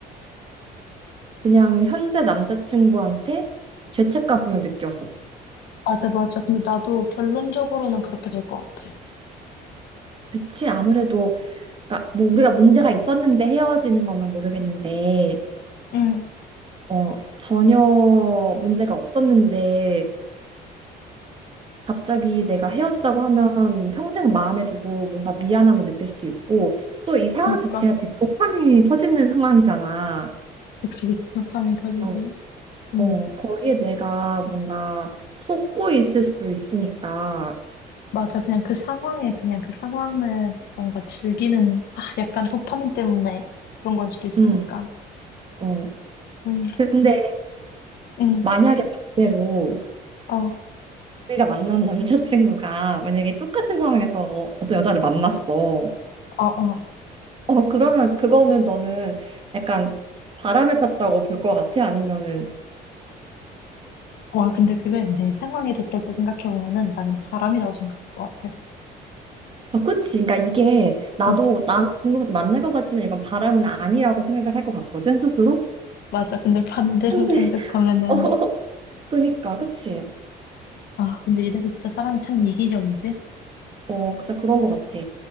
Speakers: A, on the right; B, on the left.
A: 그냥 현재 남자친구한테 죄책감을 느껴서.
B: 맞아, 맞아. 근데 나도 결론적으로는 그렇게 될 것 같아.
A: 그치, 아무래도, 그러니까 뭐 우리가 문제가 있었는데 헤어지는 거면 모르겠는데,
B: 응,
A: 어, 전혀 문제가 없었는데, 갑자기 내가 헤어지자고 하면 평생 마음에 두고 뭔가 미안함을 느낄 수도 있고 또 이 상황
B: 그러니까.
A: 자체가 되게 도파민이 터지는 상황이잖아.
B: 그치, 그치. 도파민 터지지.
A: 어,
B: 응,
A: 어, 거기에 내가 뭔가 속고 있을 수도 있으니까.
B: 맞아. 그냥 그 상황에, 그냥 그 상황을 뭔가 즐기는, 아, 약간 도파민 때문에 그런 걸 수도 있으니까.
A: 음, 어.
B: 응,
A: 근데
B: 응,
A: 만약에 반대로
B: 어,
A: 우리가 만난 남자친구가 만약에 똑같은 상황에서 어떤 여자를 만났어.
B: 어, 어,
A: 어, 그러면 그거는 너는 약간 바람을 폈다고 볼 것 같아? 아니면은
B: 와, 근데 그게 내 상황이 됐을 때 생각해보면은 나는 바람이라고 생각할 것 같아.
A: 아, 그치. 그러니까 이게 나도
B: 어,
A: 나는 궁금해서 만날 것 같지만 이건 바람은 아니라고 생각을 할 것 같거든, 스스로.
B: 맞아. 근데 반대로
A: 근데,
B: <laughs> 생각하면은,
A: <laughs> 어, 그니까, 그치.
B: 아, 근데 이래서 진짜 사람이 참 이기적이지?
A: 어, 진짜 그런 것 같아.